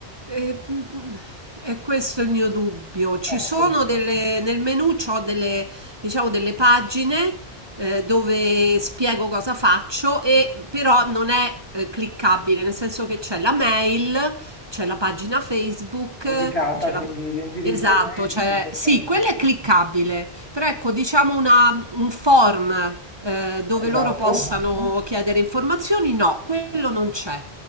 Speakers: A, on the right; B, on the left.
A: E, mhmm, è questo è il mio dubbio. Ci
B: Ecco.
A: sono delle nel menù c'ho delle diciamo delle pagine, ehm, dove spiego cosa faccio e però non è, ehm, cliccabile, nel senso che c'è la mail, c'è la pagina Facebook,
B: indicata,
A: c'è
B: quindi
A: la p
B: l'indirizzo
A: esatto,
B: email,
A: c'è
B: sì, perfetto.
A: sì, quella è cliccabile, però ecco diciamo una un form, ehm, dove
B: Esatto.
A: loro possano chiedere informazioni, no, quello non c'è.